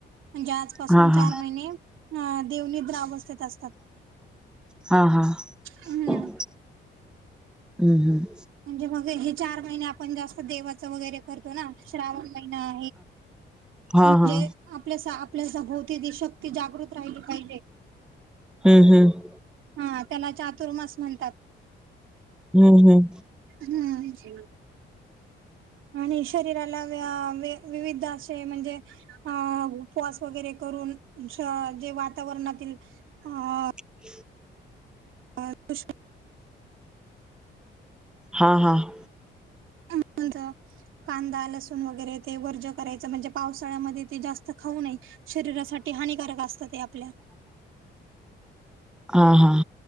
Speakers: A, on the right (about 80°); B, in the centre.
A: म्हणजे आज पासून
B: हा
A: चार
B: हा
A: महिने, अ देव निद्रा अवस्थेत असतात.
B: हा हा,
A: हम्म.
B: हम्म हम्म.
A: म्हणजे मग हे चार महिने आपण जास्त देव च वगैरे करतो ना. श्रावण महिना
B: हा हा
A: हे आपल्यास सभोवती ती शक्ती जागृत राहिली पाहिजे.
B: हम्म हम्म.
A: हा त्याला चातुर्मास म्हणतात.
B: हम्म हम्म.
A: हम्म, आणि शरीराला अ वे विविध असे म्हणजे अ उपवास वगैरे करून, जे वातावरणातील अ
B: <inaudible>
A: <inaudible>
B: हां हां.
A: कोनच? कांदा लसूण वगैरे ते वर्ज करायचं. म्हणजे पावसाळ्यामध्ये ते जास्त खाऊ नये. शरीरासाठी हानिकारक असत ते आपल्या.
B: हा हा,